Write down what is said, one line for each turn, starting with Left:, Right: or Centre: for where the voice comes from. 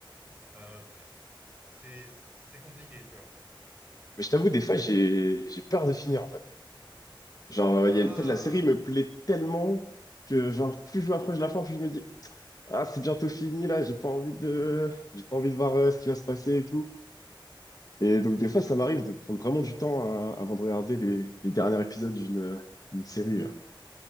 Right: Euh, pff, c'est c'est compliqué, tu vois.
Left: mais je t'avoue, des fois, j'ai j'ai peur de finir, en fait. Genre, euh,
Right: Ah,
Left: il y a une... en fait, la série me plaît tellement que, genre, plus je m'approche de la fin, plus je me dis, ah, c'est bientôt fini, là, j'ai pas envie de... J'ai pas envie de voir euh, ce qui va se passer et tout. Et donc,
Right: et aussi
Left: des fois,
Right: tu
Left: ça
Right: veux
Left: m'arrive de prendre vraiment du temps à- avant de regarder les, les derniers épisodes d'une euh, d'une série, genre.